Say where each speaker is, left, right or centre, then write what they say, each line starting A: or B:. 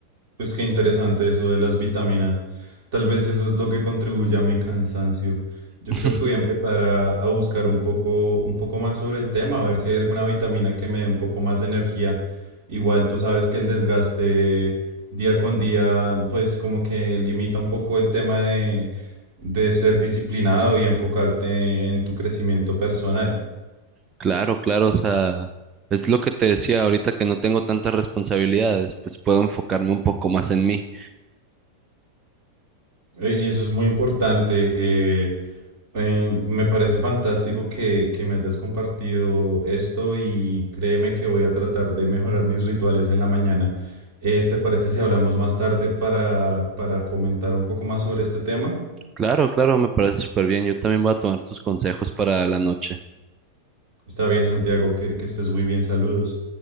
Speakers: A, on the right (about 45°); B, on the right (about 20°).
A: pues qué interesante eso de las vitaminas. Tal vez eso es lo que contribuye a mi cansancio. Yo
B: <laughs>
A: creo que voy a empezar a, a buscar un poco, un poco más sobre el tema, a ver si hay alguna vitamina que me dé un poco más de energía. Igual tú sabes que el desgaste día con día, pues como que limita un poco el tema de, de ser disciplinado y enfocarte en tu crecimiento personal.
B: Claro, claro, o sea, es lo que te decía ahorita que no tengo tantas responsabilidades, pues puedo enfocarme un poco más en mí.
A: Eh, Y eso es muy importante. eh, Eh, me parece fantástico que, que me hayas compartido esto y créeme que voy a tratar de mejorar mis rituales en la mañana. Eh, ¿te parece si hablamos más tarde para, para comentar un poco más sobre este tema?
B: Claro, claro, me parece súper bien. Yo también voy a tomar tus consejos para la noche.
A: Está bien, Santiago, que, que estés muy bien. Saludos.